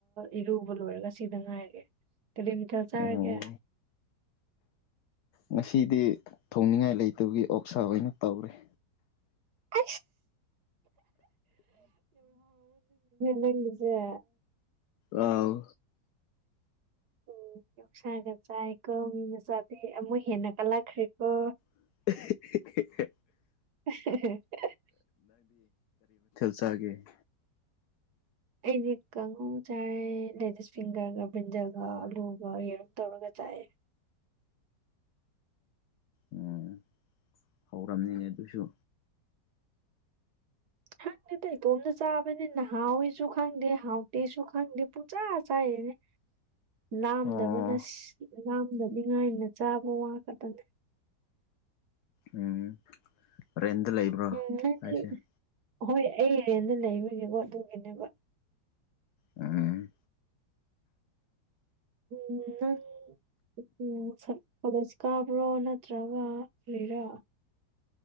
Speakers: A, on the right (about 65°); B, on the left (about 70°).
A: ꯏꯔꯨꯕ ꯂꯣꯏꯔꯒ ꯁꯤꯗ ꯉꯥꯏꯔꯦ ꯀꯤꯂꯤꯣꯃꯤꯇꯔ ꯆꯥꯔꯒꯦ
B: ꯑꯣ ꯉꯁꯤꯗꯤ ꯊꯣꯡꯅꯤꯡꯉꯥꯏ ꯂꯩꯇꯕꯒꯤ ꯑꯣꯛꯁꯥ ꯑꯣꯏꯅ ꯇꯧꯔꯤꯦ
A: ꯑ ꯂꯩꯖꯦ
B: ꯑꯥꯎ
A: ꯎ ꯌꯎꯁꯥꯒ ꯆꯥꯏꯀꯣ ꯃꯤ ꯃꯆꯥꯗ ꯑꯃꯨꯛ ꯍꯦꯟꯅ ꯀꯜꯂꯛꯈ꯭ꯔꯦꯀꯣ
B: <inaudible>
A: <inaudible>
B: ꯖꯒꯦ
A: ꯑꯩꯗꯤ ꯀꯥꯡꯉꯨ ꯆꯥꯔꯦ ꯂꯦꯗꯤꯁ ꯐꯤꯡꯒꯔꯒ ꯕ꯭ꯔꯤꯟꯖꯜꯒ ꯑꯂꯨꯒ ꯌꯦꯔꯨꯝ ꯇꯧꯔꯒ ꯆꯌꯦ
B: ꯎꯝ ꯍꯧꯔꯝꯅꯤꯅꯦ ꯑꯗꯨꯁꯨ
A: ꯍ ꯏꯇꯣꯝꯇ ꯆꯥꯕꯅꯤ ꯅꯍꯥꯏꯁꯨ ꯈꯪꯗꯦ ꯍꯥꯎꯇꯦꯁꯨ ꯈꯪꯗꯦ ꯄꯨꯆꯥꯥ ꯆꯥꯏꯌꯦꯅꯦ ꯂꯥꯝꯗꯕꯅ
B: ꯑꯣ
A: ꯂꯥꯝꯗꯅꯤꯉꯥꯏꯅ ꯆꯥꯕ ꯋꯥꯈꯛꯇꯅꯦ
B: ꯎꯝ ꯔꯦꯟꯗ ꯂꯩꯕ꯭ꯔꯣ
A: ꯎꯝ ꯅꯪꯗꯤ
B: ꯍꯥꯏꯁꯦ
A: ꯍꯣꯏ ꯑꯩ ꯍꯔꯦꯟꯗ ꯂꯩꯕꯒꯤꯀꯣ ꯑꯗꯨꯒꯤꯅꯦꯕ
B: ꯎꯝ
A: ꯎꯝ ꯎꯝ ꯀꯗꯁ ꯀꯥꯕ꯭ꯔꯣ ꯅꯠꯇ꯭ꯔꯒ ꯂꯩꯔꯣ